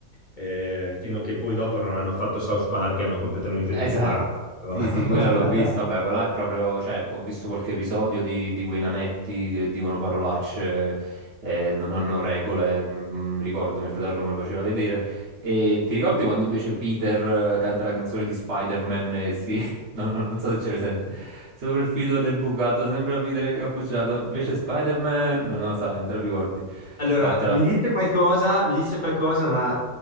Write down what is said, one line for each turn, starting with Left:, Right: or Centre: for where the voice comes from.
Left: eh, fino a che poi dopo non hanno fatto South Park e hanno completamente
Right: Esatto,
Left: degenerato. però.
Right: sì,
Left: <laughs>
Right: sì, quella l'ho vista. Vabbè, quella è proprio, cioè, ho visto qualche episodio di, di quei nanetti che dicono parolacce, eh, non hanno regole. mm, ricordo, mio fratello me lo faceva vedere. E ti ricordi quando invece Peter eh, canta la canzone di Spider-Man? E si... <laughs> no, no, non so se ce presente. Sopra il filo del bucato, sembra Peter incappucciato. Invece Spider-Man, non lo sai, non te la ricordi.
Left: Allora,
Right: Vattela.
Left: mi dice qualcosa, mi dice qualcosa, ma